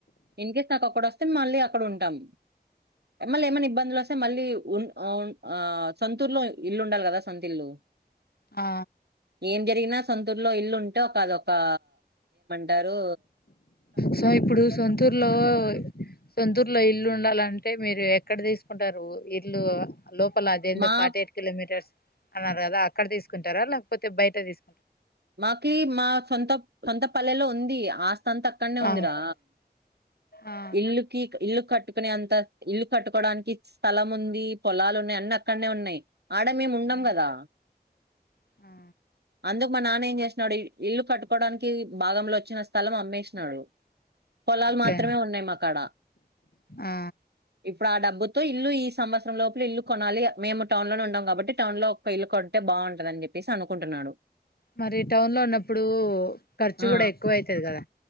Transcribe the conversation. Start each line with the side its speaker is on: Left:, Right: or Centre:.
Right: ఇన్ కేస్ నాకు అక్కడ వస్తే మళ్ళీ అక్కడ ఉంటాం. మళ్ళీ ఏమైనా ఇబ్బందులు వస్ మళ్ళీ ఉన్ ఆన్ ఆ సొంతూరులో లో ఇల్లు ఉండాలి కదా సొంత ఇల్లు.
Left: ఆ
Right: ఏం జరిగినా సొంతూర్లో ఇల్లు ఉంటే ఒక అదొకా టారూ
Left: సో ఇప్పుడు సొంతూర్లో సొంతూర్లో ఇల్లు ఉండాలంటే మీరు ఎక్కడ తీస్ కుంటారు ఇల్లు లోపల అదేందో
Right: మా
Left: ఫార్టీ ఎయిట్ కిలోమీటర్స్ అన్నారు కదా అక్కడ తీసుకుంటారా లేకపోతే బయట తీసు
Right: మాకి మా సొంత సొంత పల్లెలో ఉంది. ఆస్ సంత అక్కడనే ఉందిరా
Left: ఆ ఆ
Right: ఇల్లుకి ఇల్లు కట్టుకునే అంత ఇల్లు కట్టుకోడానికి స్థలం ఉంది, పొలాలు ఉన్నాయి. అన్ని అక్కడనే ఉన్నాయి. ఆడ మేము ఉండం
Left: ఆ
Right: కదా
Left: ఆ
Right: అందు, నానేం చేసినాడు ఇల్లు కట్టుకోడానికి భాగంల వచ్చిన స్థలం అమ్మేసినాడు పొలాలు
Left: ఓకే
Right: మాత్రమే ఉన్నాయి మా కాడ ఇప్
Left: ఆ
Right: ఇప్పుడా ఆ డబ్బుతో ఇల్లు ఈ సంవత్సరం లోపల ఇల్లు కొనాలి. మేము టౌన్ లో ఉన్నాడం కాబట్టి టౌన్ లో ఒక్క ఇల్లు కొంటే బా బావుంటదని జేప్పెసి అనుకుంటున్నాడు.
Left: మరి టౌన్ లో ఉన్నప్పుడు ఖర్చు
Right: ఆ
Left: కూడా ఎక్కువ అయితది గదా.